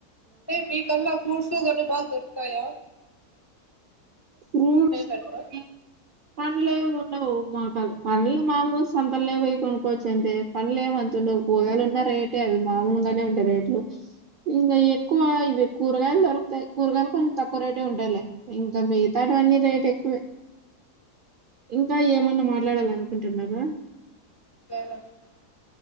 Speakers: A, on the left; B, on the right.
A: మీ కల్లా ఫ్రూట్స్ టు గట్ల బాగదోరుకుతాయా
B: ఫ్రూట్స్
A: పెట్టరా
B: <unintelligible> పండ్లేం ఉండవూ మా కల్ మామూలుగా సంతల్లనే పోయి కొనుక్కోవచ్చు అంతే పండ్లేం అంతుండవూ, కూరగాయలు ఉన్న రేటే అవి మామూలుగానే ఉంటాయి రేట్లు. ఇంకా ఎక్కువ ఇవి కూరగాయలు దొరుకుతాయి కూరగాయలు కొంచెం తక్కువ రేటే ఉంటాయిలే. ఇం ఇంగ మిగతాటవన్నీ రేట్ ఎక్కువే ఇంకా ఏమన్నా మాట్లాడాలనుకుంటున్నారా.
A: <unintelligible>